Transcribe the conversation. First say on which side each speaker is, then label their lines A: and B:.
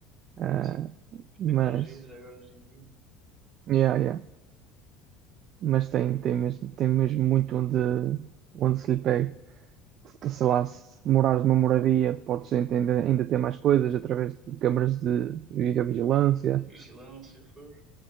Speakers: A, on the right; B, on the right.
A: Ah,
B: Sim. As
A: mas,
B: tecnologias de agora hoje em dia.
A: yeah, yeah. Mas tem,
B: pá, é.
A: tem mesmo, tem mesmo muito onde, onde se lhe pega. Sei
B: Sim.
A: lá, se morares numa moradia, podes ainda, ainda ter mais coisas através de câmaras de videovigilância,
B: Vigilância, for.